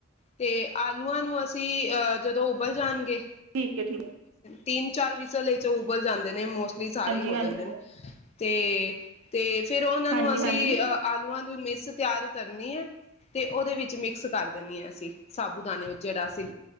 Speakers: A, on the left; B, on the right.
A: ਤੇ ਆਲੂਆਂ ਨੂੰ ਅਸੀਂ ਜਦੋਂ ਉਬਲ ਜਾਣਗੇ
B: ਠੀਕ ਹ ਠੀਕ
A: ਤੀਨ ਚਾਰ ਵਿਸ਼ਲ ਚੋ ਜੋ ਉਬਲ ਜਾਂਦੇ ਨੇ ਸਾਰੇ
B: ਹਾਂਜੀ
A: ਹੀ ਹੋ
B: ਹਾਂਜੀ
A: ਜਾਂਦੇ ਨੇ ਤੇ ਤੇ ਫਿਰ ਉਹਨਾਂ
B: ਹਾਂਜੀ
A: ਨੂੰ ਅਸੀਂ
B: ਹਾਂਜੀ
A: ਆਲੂਆਂ ਦੇ ਮਿਸ ਤਿਆਰ ਕਰਨੀ ਹ ਤੇ ਉਹਦੇ ਵਿੱਚ ਮਿਕਸ ਕਰ ਦਿੰਦੀ ਹ ਅਸੀਂ ਉਦਾਨੇ ਵਿੱਚ ਜਿਹੜਾ ਸੀ